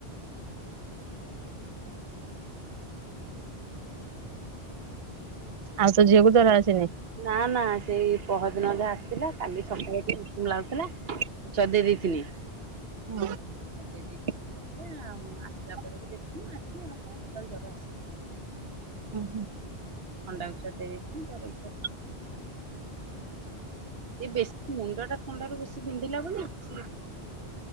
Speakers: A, on the right (about 45°); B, on the right (about 65°).
A: ଆଉ ତ ଝିଅକୁ ଜର ଆସିନି?
B: ନା ନା ସେଇ ପହରଦିନ ଯାହା ଆସିଥିଲା କାଲି ସକାଳେ ଉଷୁମ ଲାଗୁଥିଲା। ଚଦି ଦେଇଥିଲି।
A: ହଁ,
B: ଦେ ଦେଇ ଆଉ ଆସିଲା ପରେ ବି ଦେଖିନି ଆଜି ଆଉ କାଇଁ ଟୋଟାଲ ଜର ଆସି
A: ହଁ, ହଁ।
B: ଥଣ୍ଡା ଔଷଧ ଦେଇ ଥିଲି ଜର ଔଷଧ ହୁ ସେ ବେଶୀ ମୁଣ୍ଡ ଟା ଥଣ୍ଡା ରୁ ବେଶୀ ବିନ୍ଧିଲା ବୋଲି ସେ